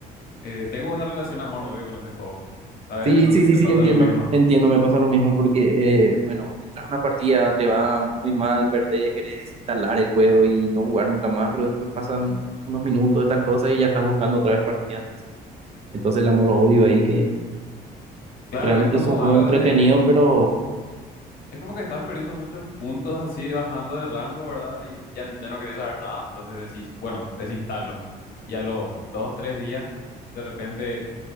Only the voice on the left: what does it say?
eh, tengo una relación amor-odio con ese juego, ¿sabes?
No
sé si
te
pasa
lo mismo.
Claro,
es como
algo
de,
es como que estás perdiendo muchos puntos así, bajando de rango, ¿verdad? Y ya, ya no querés saber nada, entonces decís, bueno, desinstalo. Y a los dos, tres días, de repente,